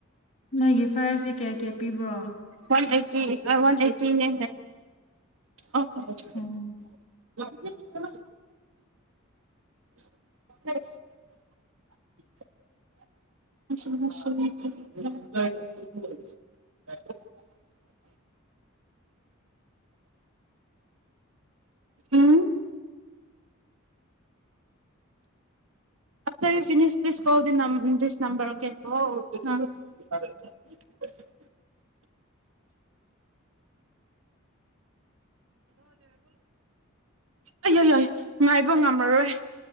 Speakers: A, on the left; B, on the right.
A: ꯅꯣꯏꯒꯤ ꯐꯔꯁꯤ ꯀꯌꯥ ꯀꯌꯥ ꯄꯤꯕ꯭ꯔꯣ
B: ꯋꯥꯟ ꯑꯩꯠꯇꯤ ꯋꯥꯟ ꯑꯦꯇꯤꯅꯦ ꯑꯣ <inaudible> <unintelligible>
A: ꯎꯝ
B: <unintelligible> <unintelligible> ꯎꯝ <unintelligible> ꯑꯌꯥ ꯌꯥꯏ ꯉꯥꯏꯕ ꯉꯝꯃꯔꯣꯏ